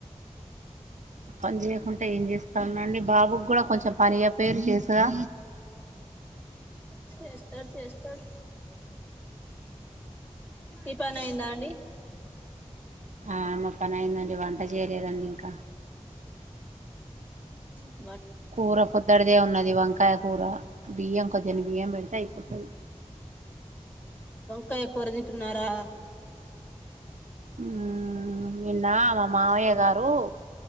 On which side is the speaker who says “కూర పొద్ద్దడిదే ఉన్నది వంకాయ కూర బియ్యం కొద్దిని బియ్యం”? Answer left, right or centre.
Right